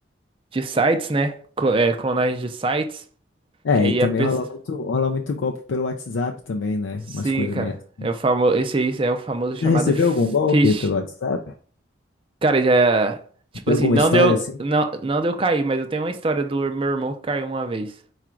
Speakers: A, on the right; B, on the left.
A: de sites, né? Clo- É, clonagem de sites.
B: É,
A: Que aí
B: e também
A: a pessoa.
B: rola muito, rola muito golpe pelo WhatsApp também, né?
A: Sim,
B: Umas coisas
A: cara.
B: meio. assim.
A: É o famoso, esse aí é o famoso chamado
B: Já recebeu
A: fish
B: algum golpe pelo WhatsApp?
A: Cara, já. Tipo
B: Tem
A: assim,
B: alguma
A: não
B: história
A: deu,
B: assim?
A: não, não deu cair, mas eu tenho uma história do meu irmão que caiu uma vez.